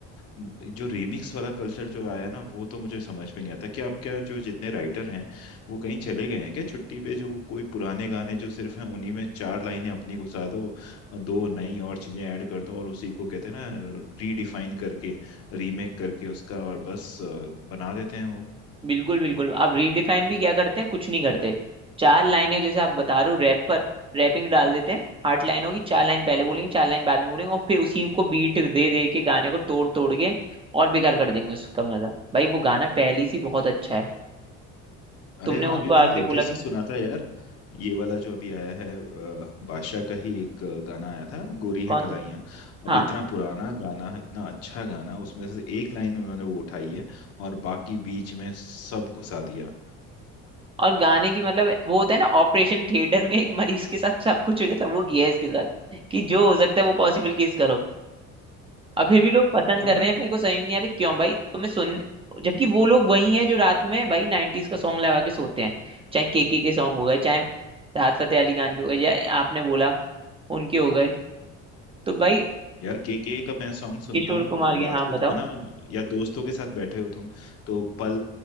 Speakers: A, on the left; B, on the right.
A: म, जो रीमिक्स वाला कल्चर जो आया है ना वो तो मुझे समझ में नहीं आता कि आप क्या जो जितने राइटर हैं वो कहीं चले गए हैं क्या छुट्टी पे जो कोई पुराने गाने जो सिर्फ हैं उन्हीं में चार लाइनें अपनी घुसा दो और दो नई और चीजें ऐड कर दो और उसी को कहते हैं ना रीडिफाइन करके रीमेक करके उसका और बस अ, बना देते हैं वो
B: बिल्कुल बिल्कुल अब रीडिफाइन भी क्या करते हैं कुछ नहीं करते चार लाइनें जैसे आप बता रहे हो रैप पर रैपिंग डाल देते हैं आठ लाइन होगी चार लाइन पहले बोलेंगे चार लाइन बाद में बोलेंगे और फिर उसी को बीट दे दे के गाने को तोड़ तोड़ के और बेकार कर देंगे उसका मजा भाई वो गाना पहली सी बहुत अच्छा है
A: अरे
B: तुमने
A: हाँ
B: उसको
A: अभी मैंने
B: आके
A: लेटेस्ट
B: बोला कि
A: से सुना था यार ये वाला जो अभी आया है अ, बादशाह का ही एक अ, गाना आया था गोरी है
B: कौन
A: कलाइयाँ
B: सा
A: अब
B: हाँ
A: इतना पुराना गाना इतना अच्छा गाना उसमें से एक लाइन उन्होंने वो उठाई है और बाकी बीच में सब घुसा दिया
B: और गाने की मतलब वो होता है ना ऑपरेशन थिएटर में एक मरीज के साथ सब कुछ हो जाता है वो किया है इसके साथ कि जो हो सकता है वो पॉसिबल केस करो अब फिर भी लोग पसंद
A: हाँ
B: कर रहे हैं मेरे को समझ में नहीं आ रहा क्यों भाई तुम्हें सुन जबकि वो लोग वही हैं जो रात में भाई 90s का सॉन्ग लगा के सोते हैं चाहे केके के सॉन्ग हो गए चाहे राहत फतेह अली खान के हो गए या आपने बोला उनके हो गए तो भाई
A: यार के के का मैं सॉन्ग सुनता
B: किशोर
A: हूँ
B: कुमार के
A: रात
B: हाँ
A: को
B: बताओ
A: तुम ना या दोस्तों के साथ बैठे हो तुम तो पल